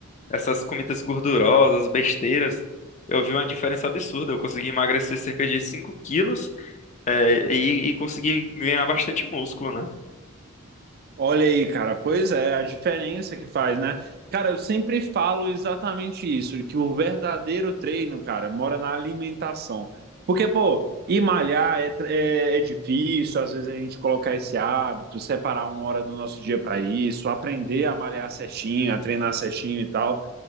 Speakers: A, on the left; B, on the right.
A: essas comidas gordurosas, besteiras, eu vi uma diferença absurda. Eu consegui emagrecer cerca de 5 quilos, eh, e, e consegui ganhar bastante músculo, né?
B: Olha aí, cara, pois é, a diferença que faz, né? Cara, eu sempre falo exatamente isso, que o verdadeiro treino, cara, mora na alimentação. Porque, pô, ir malhar é, tr- é, é difícil, às vezes a gente colocar esse hábito, separar uma hora do nosso dia para isso, aprender a malhar certinho, a treinar certinho e tal.